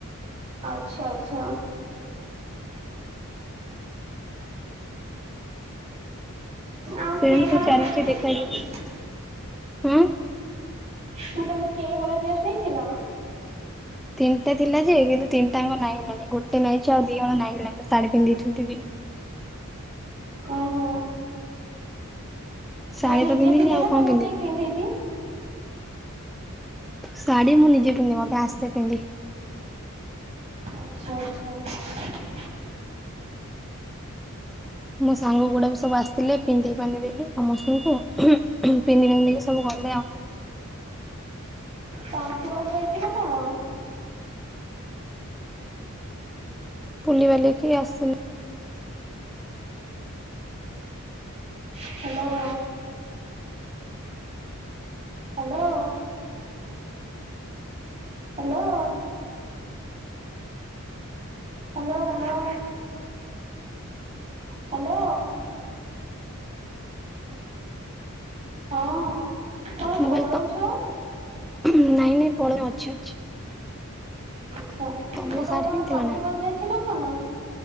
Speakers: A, on the right (about 30°); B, in the centre.
A: ଆଚ୍ଛା, ଆଚ୍ଛା। ଆଉ
B: ସେମିତି
A: କେହି ହଳ
B: ଚାଲିଛି
A: ଡ୍ରେସ କିଣିଥିଲ?
B: ଦେଖାଯାଉ ହୁଁ
A: ମୁଁ କହିଲି କେହି ହଳ ଡ୍ରେସ ନେଇଥିଲ?
B: ତିନିଟା ଥିଲା ଯେ କିନ୍ତୁ ତିନିଟାଙ୍କ ନାଇ ହେଲାନି ଗୋଟେ ନାଇଁଛି ଆଉ ଦି ହଳ ନାଇଁ ହେଲାନି ତ ଶାଢୀ ପିନ୍ଧଦେଇଥିଲି।
A: ଓ ହୋ।
B: ଶାଢୀ
A: ନିଜେ
B: ତ ପିନ୍ଧିଲି
A: ପିନ୍ଧ
B: ଆଉ
A: ନା
B: କଣ
A: ତମକୁ
B: ପିନ୍ଧିବି?
A: କେହି ପିନ୍ଧେଇ ଦିଏ?
B: ଶାଢୀ ମୁଁ ନିଜେ ପିନ୍ଧେ ମତେ ଆସେ ପିନ୍ଧି।
A: ଆଚ୍ଛା, ଆଚ୍ଛା।
B: ମୋ ସାଙ୍ଗ ଗୁଡା କ ସବୁ ଆସିଥିଲେ ପିନ୍ଧାଇ ଫାନ୍ଧି ଦେଲି ସମସ୍ତଙ୍କୁ ପିନ୍ଧି ଫାନ୍ଧିକି ସବୁ ଗଲେ ଆଉ।
A: ତଣ୍ଟି ବସି ଯାଇଛି ନା କଣ?
B: ବୁଲି ବାଲିକି ଆସିଲି।
A: Hello. Hello. Hello. Hello hello. Hello.
B: Hello.
A: ହଁ କଣ
B: ମୁଁ
A: ପଳଉଛ।
B: କହିଲି ତ ନାଇଁ ନାଇଁ ପଳଉନି ଅଛି ଅଛି।
A: ଆଚ୍ଛା ମୁଁ
B: ତମେ
A: କହିଲି
B: ଶାଢୀ
A: ତମ
B: ପିନ୍ଧିଥିଲ
A: ତଣ୍ଟି
B: ନା?
A: ବସି ଯାଇଚିନା କଣ